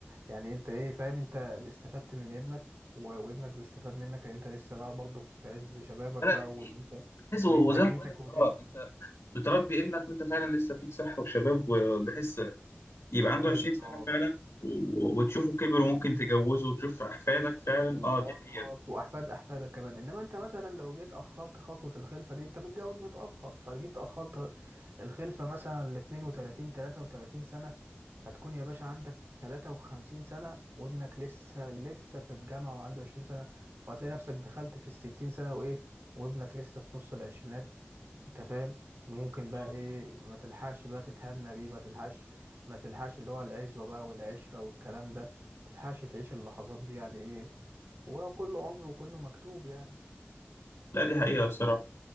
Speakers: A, on the right; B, on the left.
A: يعني انت ايه فاهم انت استفدت من ابنك و... وابنك بيستفاد منك لان انت لسه بقى برضه في عز شبابك
B: آه، لا
A: بقى
B: دي حقيقه
A: وانت
B: بتحس وزي
A: وانتاجيتك
B: ما بقول لك
A: وكده
B: اه انت بتربي ابنك وانت فعلا لسه فيك صحه وشباب وبحس يبقى عنده
A: بالظبط
B: 20 سنه فعلا و- وتشوفه كبر وممكن تجوزه وتشوف احفادك فعلا
A: بالظبط
B: اه دي حقيقه
A: واحفاد احفادك كمان انما انت مثلا لو جيت اخرت خطوه الخلفه دي انت متجوز متاخر فجيت اخرت الخلفه مثلا ل 32 33 سنه هتكون يا باشا عندك 53 سنه وابنك لسه لسه في الجامعه وعنده 20 سنه وهتلاقي نفسك دخلت في ال 60 سنه وايه وابنك لسه في نص العشرينات انت فاهم وممكن بقى
B: آه.
A: ايه ما تلحقش بقى تتهنى بيه ما تلحقش ما تلحقش اللي هو العزوة بقى والعشرة والكلام ده ما تلحقش تعيش اللحظات دي يعني ايه هو كله عمر وكله مكتوب يعني
B: لا دي حقيقه بصراحه